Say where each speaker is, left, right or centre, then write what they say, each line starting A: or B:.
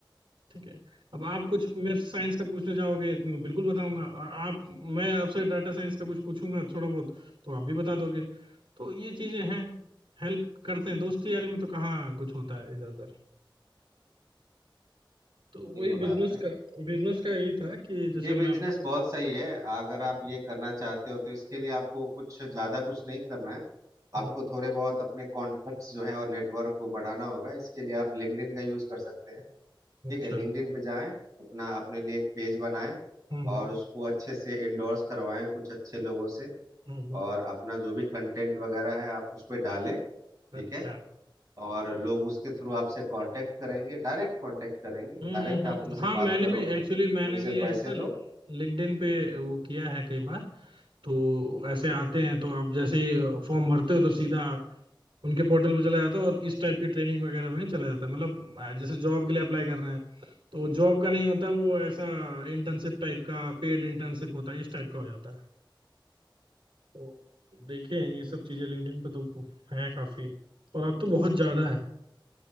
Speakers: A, on the right (about 75°); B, on the right (about 40°).
A: ठीक है अब आप कुछ मेरे से साइंस का पूछना चाहोगे तो मैं बिल्कुल बताऊंगा और आप मैं आपसे डाटा साइंस का कुछ पूछूंगा थोड़ा बहुत तो आप भी बता दोगे तो ये चीजें हैं हेल्प करते हैं दोस्ती यारी में तो कहाँ कुछ होता है इधर उधर तो वही
B: नहीं बोला
A: बिजनेस
B: आपने
A: का बिजनेस का यही था कि जैसे
B: ये बिजनेस
A: मैं
B: बहुत सही है अगर आप ये करना चाहते हो तो इसके लिए आपको कुछ ज्यादा कुछ नहीं करना है आपको
A: हम्म,
B: थोड़े बहुत अपने कॉन्टैक्ट्स जो हैं और नेटवर्क को बढ़ाना होगा इसके लिए आप लिंक्डइन का यूज कर सकते हैं ठीक
A: अच्छा
B: है लिंक्डइन पे जाएं अपना अपने लिए एक पेज बनाएं
A: हम्म
B: और
A: हम्म
B: उसको अच्छे से इंडोर्स करवाएं कुछ अच्छे लोगों से
A: हम्म हम्म,
B: और अपना जो भी कंटेंट वगैरह है आप उस पर डालें
A: अच्छा
B: ठीक है और लोग उसके थ्रू आपसे कांटेक्ट करेंगे डायरेक्ट कांटेक्ट करेंगे
A: हम्म
B: डायरेक्ट
A: हम्म
B: आप
A: हम्म।
B: उनसे
A: हाँ
B: बात
A: मैंने
B: करो
A: भी एक्चुअली मैंने
B: उनसे
A: भी
B: पैसे
A: ऐसे
B: लो
A: ना लिंक्डइन पे वो किया है कई बार तो ऐसे आते हैं तो आप जैसे फॉर्म भरते हो तो सीधा उनके पोर्टल पे चला जाता है और इस टाइप की ट्रेनिंग वगैरह में चला जाता है मतलब आ, जैसे जॉब के लिए अप्लाई कर रहे हैं तो जॉब का नहीं होता वो ऐसा इंटर्नशिप टाइप का पेड इंटर्नशिप होता है इस टाइप का हो जाता है तो देखिए ये सब चीजें लिंक्डइन पे तो है काफी और आप तो बहुत ज्यादा है